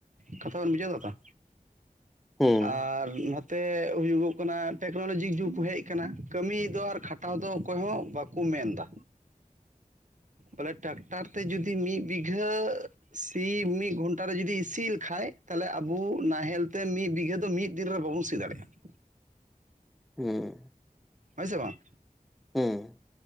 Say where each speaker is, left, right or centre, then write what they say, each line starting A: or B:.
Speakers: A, on the right; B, in the centre.
A: ᱠᱟᱛᱷᱟ ᱵᱮᱱ ᱵᱩᱡᱷᱟᱹᱣ ᱫᱟ ᱛᱚ?
B: ᱦᱩᱸ
A: ᱟᱨ ᱱᱚᱛᱼ ᱼᱛᱮ ᱦᱩᱭᱩᱜᱚᱜ ᱠᱟᱱᱟ ᱴᱮᱠᱱᱳᱞᱚᱡᱤ ᱡᱩᱜᱽ ᱦᱮᱡ ᱟᱠᱟᱱᱟ ᱠᱟᱹᱢᱤ ᱫᱚ ᱟᱨ ᱠᱷᱟᱴᱟᱣ ᱫᱚ ᱚᱠᱚᱭ ᱦᱚᱸ ᱵᱟᱠᱚ ᱠᱚ ᱢᱮᱱ ᱮᱫᱟ ᱯᱚᱞᱮ ᱴᱨᱟᱠᱴᱟᱨ ᱛᱮ ᱡᱚᱫᱤ ᱢᱤᱫ ᱵᱤᱜᱷᱟᱹ ᱥᱤ ᱢᱤᱫ ᱜᱷᱚᱱ ᱼᱴᱟᱨ ᱨᱮ ᱡᱩᱫᱤ ᱥᱤ ᱞᱮᱠᱷᱟᱡ ᱛᱟᱦᱚᱞᱮ ᱟᱵᱚ ᱱᱟᱦᱮᱞ ᱛᱮ ᱢᱤᱫ ᱵᱤᱜᱷᱟᱹ ᱫᱚ ᱢᱤᱫ ᱫᱤᱱ ᱨᱮ ᱵᱟᱵᱚᱱ ᱥᱤ ᱫᱟᱲᱮᱭᱟᱜᱼᱟ <inaudible>
B: ᱦᱩᱸ
A: ᱦᱳᱭ ᱥᱮ ᱵᱟᱝ
B: ᱦᱩᱸ